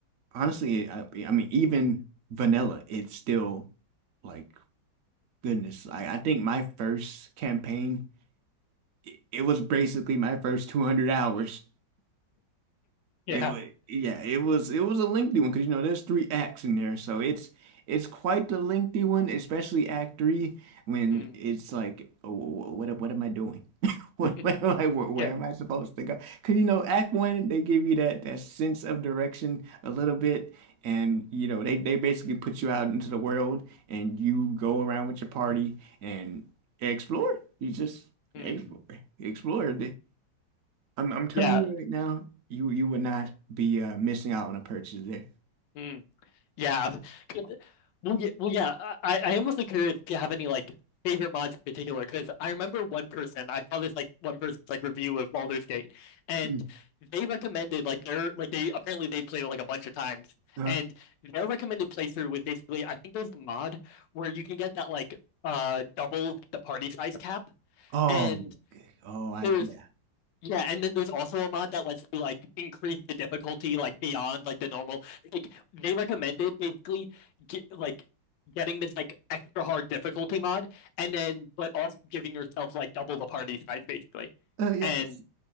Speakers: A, on the right (about 80°); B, on the left (about 75°).
A: Honestly, I, I mean, even vanilla, it's still like goodness. I, I think my first campaign, it, it was basically my first 200 hours.
B: yeah,
A: It wa- yeah, it was it was a lengthy one because you know there's three acts in there, so it's it's quite the lengthy one, especially Act Three when
B: mm,
A: it's like, oh, what what am I doing? <laughs> What,
B: <laughs>
A: what am I, where, where
B: yeah,
A: am I supposed to go? Because you know Act One they give you that that sense of direction a little bit, and you know they they basically put you out into the world and you go around with your party and explore. You just
B: mm,
A: explore, explore. I'm I'm telling
B: yeah.
A: you right now, you you would not be uh, missing out on a purchase there.
B: mm. Yeah. 'cause- Well, yeah, well, yeah. I, I I almost like curious if you have any like favorite mods in particular, because I remember one person, I saw this like one person's like review of Baldur's Gate, and
A: Mm.
B: they recommended like their like they apparently they played it like a bunch of times,
A: Uh,
B: and their recommended playthrough was basically I think there's a mod where you can get that like uh double the party size cap,
A: oh,
B: and
A: okay. oh, I
B: there's
A: yeah.
B: yeah, and then there's also a mod that lets you like increase the difficulty like beyond like the normal. Like they recommended basically get, like getting this like extra hard difficulty mod, and then but also giving yourself like double the party size basically.
A: Oh yeah.
B: And